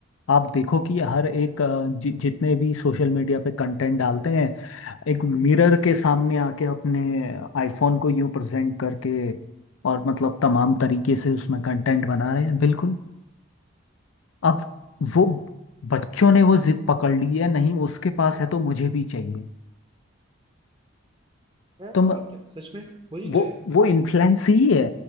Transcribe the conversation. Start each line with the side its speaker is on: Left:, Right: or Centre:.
Left: आप देखो कि हर एक अ, जि, जितने भी सोशल मीडिया पे कंटेंट डालते हैं एक मिरर के सामने आके अपने आईफोन को यूं प्रेजेंट करके और मतलब तमाम तरीके से उसमें कंटेंट बना रहे हैं बिल्कुल अब वो बच्चों ने वो जिद पकड़ ली है नहीं उसके पास है तो मुझे भी चाहिए
Right: है
Left: तो
Right: और क्या सच में हो ही गया
Left: वो
Right: है
Left: वो इन्फ्लुएंस ही है